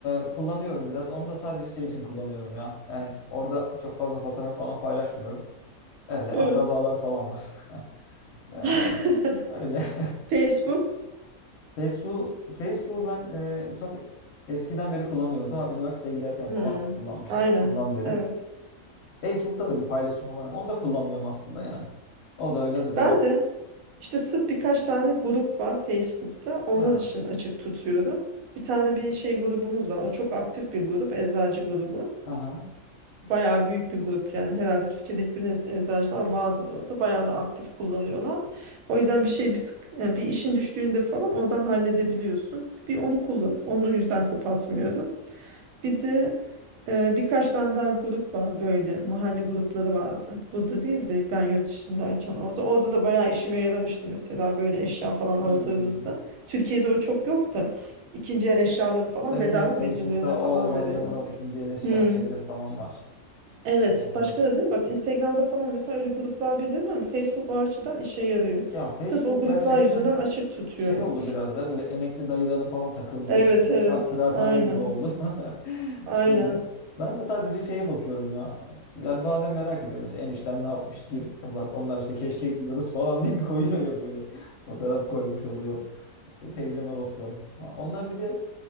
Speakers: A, on the left; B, on the right.
A: e, kullanıyorum biraz. Onu da sadece şey için kullanıyorum ya. Yani orada çok fazla fotoğraf falan paylaşmıyorum. Öyle
B: Evet.
A: akrabalar falan var. <laughs> Yani
B: <laughs>
A: öyle.
B: Facebook.
A: <laughs> Facebook, Facebook'u ben e, çok eskiden beri kullanıyorum. Daha üniversiteye giderken
B: Hmm,
A: falan kullanmıştım
B: aynen.
A: ondan beri.
B: Evet.
A: Facebook'ta da bir paylaşım falan. yap- Onu da kullanmıyorum aslında yani. O da öyle duruyor.
B: Ben de işte sırf birkaç tane grup var Facebook'ta. Onlar
A: Ha.
B: için açık tutuyorum. Bir tane bir şey grubumuz var. O çok aktif bir grup. Eczacı grubu.
A: Aha.
B: Bayağı büyük bir grup yani. Herhalde Türkiye'de hiçbir nez- eczacılar vardır orada. Bayağı da aktif kullanıyorlar. O yüzden bir şey bir sık yani bir işin düştüğünde falan oradan halledebiliyorsun. Bir onu kullan. Onu yüzden kapatmıyorum. Bir de e, birkaç tane daha grup var böyle mahalle grupları vardı. Burada değil de ben yurt dışındayken orada. Orada da bayağı işime yaramıştı mesela böyle eşya falan aradığımızda.
A: Hmm.
B: Türkiye'de o çok yok da ikinci el eşyaları falan
A: Evet
B: bedava
A: evet Facebook'ta
B: birbirlerine falan
A: o olaylar
B: veriyorlar.
A: var. İkinci el eşya
B: Hmm.
A: şeyleri falan var.
B: Evet,
A: Doğru.
B: başka da değil mi? Bak Instagram'da falan mesela öyle gruplar biliyorum ama Facebook o açıdan işe yarıyor.
A: Ya Facebook
B: Sırf o gruplar
A: gerçekten
B: yüzünden açık tutuyorum.
A: şey oldu biraz da böyle emekli dayıların falan takıldığı
B: Evet,
A: böyle bir
B: evet.
A: ka- kıraathane
B: Aynen.
A: gibi oldu. <laughs>
B: Aynen.
A: Öyle. Ben de sadece şeye bakıyorum ya. Yani bazen merak ediyorum. Mesela eniştem ne yapmış gir. Bak onlar işte keşke gidiyoruz falan <laughs> diye koyuyor ya böyle. Fotoğraf koymuş oluyor. İşte teyzeme bakıyorum. Ha, Onlar bir de